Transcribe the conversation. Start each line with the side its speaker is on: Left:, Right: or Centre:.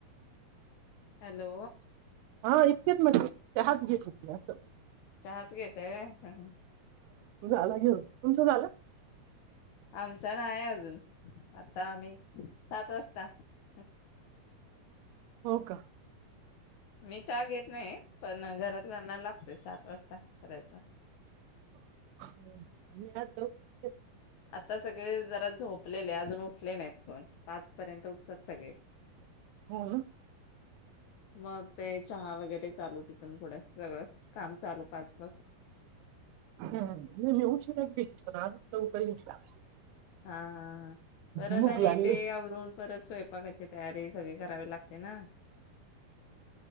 Left: हॅलो
Right: हा इतकेच म्हने चहाच घेत होते असं
Left: चहाच घेताय होय
Right: झालं घेऊन तुमचं झालं?
Left: आमचा नाही अजून आता आम्ही सात वाजता का
Right: हो का
Left: मी चहा घे नाही पण घरातल्याना लागतोय सात वाजता करायचा
Right: <unintelligible>
Left: आता सगळे जरा झोपलेले आ ज उठले नाही कोन पाच पर्यंत उठतात सगळे
Right: हो
Left: मग ते चहा वगैरे ते चालू तिथून पुढ सगळं काम चालू पाच पासून
Right: हम उशिरा केली पण आज लवकर घेतला.
Left: हा हा ह परत
Right: भूक
Left: आणि
Right: लागली
Left: ते आवरून परत स्वयंपाकाची तयारी सगळी करावी लागते ना